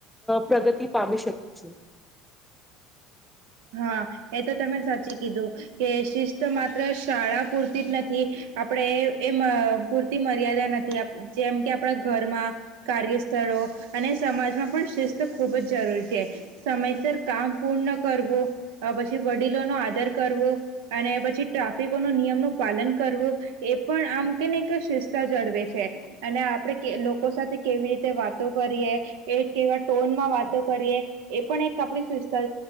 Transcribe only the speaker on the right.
હા એ તો તમે સાચી કીધું કે શિસ્ત માત્ર શાળા પૂરતી જ નથી આપણેે એમ પૂરતી મર્યાદા નથી આપ જેમ કે આપણા ઘરમાં કાર્યસ્થળો અને સમાજમાં પણ શિસ્ત ખૂબ જ જરૂરી છે સમયસર કામ પૂર્ણ કરવું પછી વડીલો નો આદર કરવો અને પછી ટ્રાફિક નિયમ નું પાલન કરવું એ પણ આમ કેને શિસ્તા જળવે છે અને આપણે લોકો સાથે કેવી રીતે વાતો કરીએ એ કેવા ટોનમાં વાતો કરીએ એ પણ એક આપ સુસ્તા